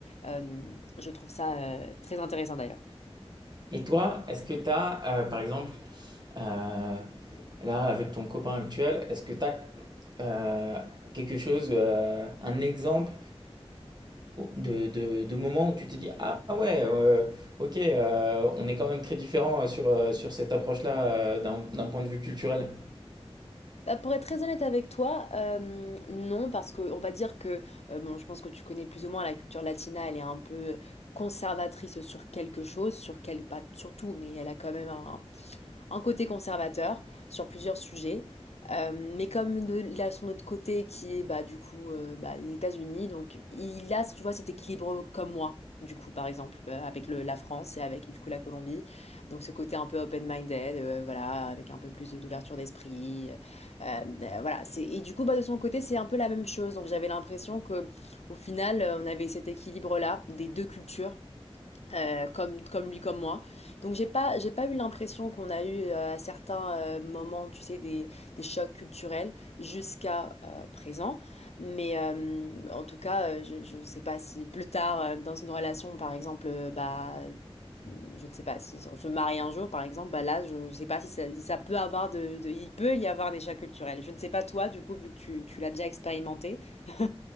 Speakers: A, on the left; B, on the right.
A: Euh, je trouve ça euh, très intéressant d'ailleurs.
B: Et toi, est-ce que tu as, par exemple, Euh, là, avec ton copain actuel, est-ce que tu as euh, quelque chose, euh, un exemple de, de, de moment où tu t'es dit, ah ouais, euh, ok, euh, on est quand même très différents sur, euh, sur cette approche-là euh, d'un d'un point de vue culturel.
A: Bah, pour être très honnête avec toi, euh, non, parce que on va dire que, euh, bon, je pense que tu connais plus ou moins la culture latina, elle est un peu conservatrice sur quelque chose, sur quel, pas sur tout, mais elle a quand même un, un côté conservateur sur plusieurs sujets. Euh, mais comme de, là, son autre côté qui est bah, du coup euh, bah, les États-Unis, donc il a, tu vois, cet équilibre comme moi, du coup, par exemple, euh, avec le, la France et avec du coup la Colombie. Donc ce côté un peu open-minded, euh, voilà, avec un peu plus de- d'ouverture d'esprit. euh, euh, voilà, c'est, et du coup, bah, de son côté, c'est un peu la même chose. Donc j'avais l'impression que au final, euh, on avait cet équilibre-là des deux cultures euh, comme, comme lui, comme moi. Donc j'ai pas, j'ai pas eu l'impression qu'on a eu euh, à certains euh, moments, tu sais, des, des chocs culturels jusqu'à euh, présent. Mais euh, en tout cas, euh, je, je sais pas si plus tard, euh, dans une relation, par exemple, euh, bah, euh, je ne sais pas si on se marie un jour, par exemple, bah là, je ne sais pas si ça, si ça peut avoir de, de- il peut y avoir des chocs culturels. Je ne sais pas toi, du coup, vu que tu, tu l'as déjà expérimenté. <laughs>